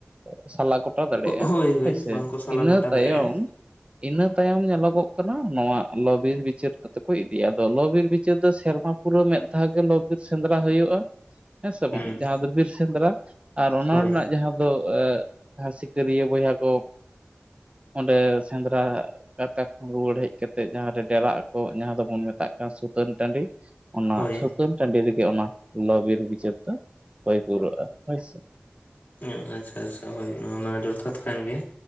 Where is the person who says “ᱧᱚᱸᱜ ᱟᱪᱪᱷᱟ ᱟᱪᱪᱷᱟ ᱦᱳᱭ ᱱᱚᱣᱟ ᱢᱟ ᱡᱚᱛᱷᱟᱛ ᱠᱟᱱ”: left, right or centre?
Left